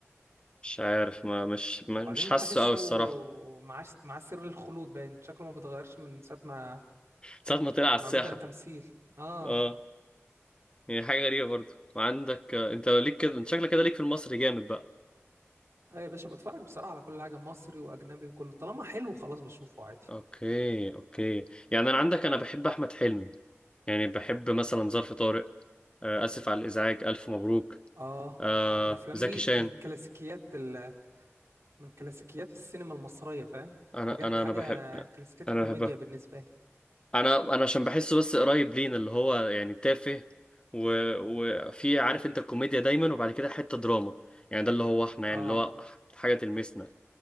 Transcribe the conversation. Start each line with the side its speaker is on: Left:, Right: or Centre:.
Left: مش عارف ما مش ما
Right: وبعدين
Left: مش حاسه
Right: تحسه
Left: قوي الصراحة
Right: مع مع سر الخلود باين شكله ما بيتغيرش من ساعة ما
Left: ساعة ما طلع
Right: ما
Left: على الساحة
Right: ما بدأ تمثيل اه
Left: اه يعني حاجة غريبة برضو وعندك آه، انت ليك كده انت شكلك كده ليك في المصري جامد بقى
Right: اه يا باشا بتفرج بصراحة على كل حاجة مصري وأجنبي وكله طالما حلو خلاص بشوفه عادي
Left: اوكي اوكي يعني انا عندك انا بحب احمد حلمي يعني بحب مثلا ظرف طارق آه، اسف على الازعاج الف مبروك
Right: اه
Left: آه،
Right: اه الأفلام
Left: زكي
Right: دي
Left: شان
Right: من كلاسيكيات ال... من كلاسيكيات السينما المصرية فاهم
Left: انا
Right: بجد
Left: انا
Right: حاجة
Left: انا بحب
Right: كلاسيكيات
Left: انا
Right: الكوميديا
Left: بحبها
Right: بالنسبة لي
Left: انا انا عشان بحسه بس قريب لينا اللي هو يعني تافه و... وفي عارف انت الكوميديا دايما وبعد كده حتة دراما يعني ده اللي هو احنا يعني
Right: اه
Left: اللي هو حاجة تلمسنا